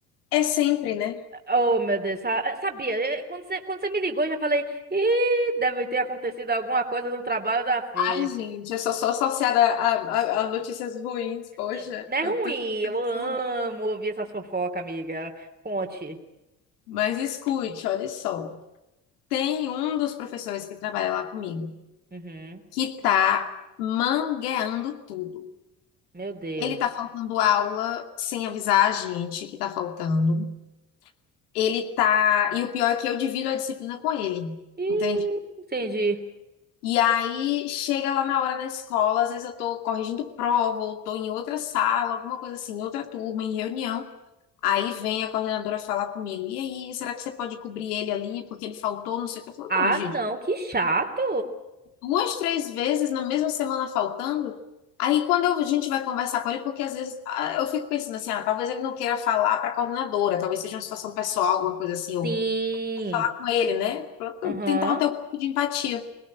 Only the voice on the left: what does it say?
É sempre, né?
Ai, gente, eu só sou associada a, a- a notícias ruins, poxa,
eu tô
nesse
lugar.
Mas escute, olha só. Tem um dos professores que trabalha lá comigo
que tá mangueando tudo.
Ele tá faltando aula sem avisar a gente que tá faltando. ele tá. E o pior é que eu divido a disciplina com ele,
entende?
E aí chega lá na hora na escola, às vezes eu tô corrigindo prova, ou tô em outra sala, alguma coisa assim, em outra turma, em reunião. Aí vem a coordenadora falar comigo, e aí, será que você pode cobrir ele ali, porque ele faltou, não sei o que. Eu falo,
não, gente,
duas, três vezes na mesma semana faltando. Aí quando eu- a gente vai conversar com ele, porque às vezes ah, eu fico pensando assim, ah, talvez ele não queira falar para a coordenadora, talvez seja uma situação pessoal, alguma coisa assim, ou
com ele, né? Pra pra
tentar ter um pouco de empatia.